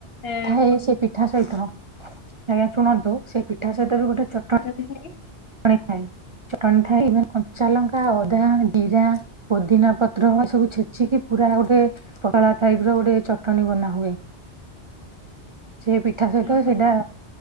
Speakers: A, on the left; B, on the right.
A: ଏଁ
B: ଏ ସେ ପିଠା ସହିତ ଆଜ୍ଞା ଶୁଣନ୍ତୁ ସେ ପିଠା ସହିତ ବି ଗୋଟେ ଚଟ
A: ଣି।
B: <unintelligible> ଥାଏ ଚଟଣି ଥାଏ ଇଭେନ୍ କଞ୍ଚା ଲଙ୍କା ଅଦା ଜିରା ପୋଦିନା ପତ୍ର ହ ସବୁ ଛେଚିକି ପୁରା ଗୋଟେ ପତଳା ଟାଇପ ର ଗୋଟେ ଚ ଟଣିୀ ବନାହୁଏ ସେ ପିଠା ସହିତ
A: ଓହୋ
B: ସେଇଟା